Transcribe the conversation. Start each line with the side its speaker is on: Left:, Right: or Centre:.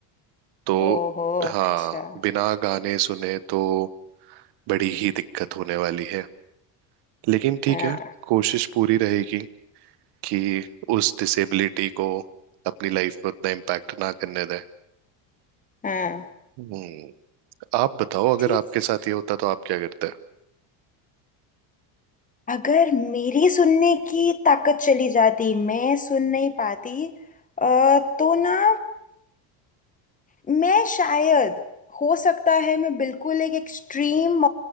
Right: तो
Left: ओहो
Right: हाँ
Left: अच्छा
Right: बिना गाने सुने तो बड़ी ही दिक्कत होने वाली है लेकिन ठीक
Left: हाँ
Right: है कोशिश पूरी रहेगी कि उस डिसेबिलिटी को अपनी लाइफ में उतना इम्पैक्ट ना करने दें
Left: हाँ
Right: हम्म आप बताओ अगर
Left: ठीक
Right: आपके साथ ये होता तो आप क्या करते
Left: अगर मेरी सुनने की ताकत चली जाती मैं सुन नहीं पाती अ, तो ना मैं शायद हो सकता है मैं बिल्कुल एक एक्सट्रीम